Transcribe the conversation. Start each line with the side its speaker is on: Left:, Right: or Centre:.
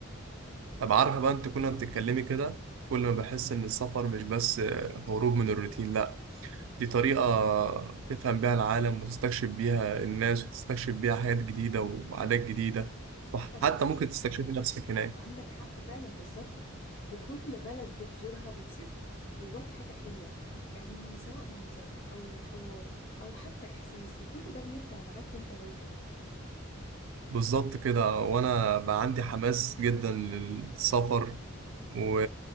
Right: طب عارفه بقى انت كل ما بتتكلمي كده كل ما بحس ان السفر مش بس آه، هروب من الروتين لا دي طريقة تفهم بيها العالم وتستكشف بيها الناس وتستكشف بيها حاجات جديدة وعادات
Left: صح
Right: جديدة
Left: صح
Right: وحتى
Left: صح
Right: ممكن تستكشفي نفسك هناك
Left: عندك حق فعلا بالظبط وكل بلد بتزورها بتسيب جواك حاجة حلوة يعني سواء منظر أو حوار أو حتى إحساس وكل ده بيرجع معاك وأنت راجع
Right: بالظبط كده وأنا بقى عندي حماس جدا للسفر و...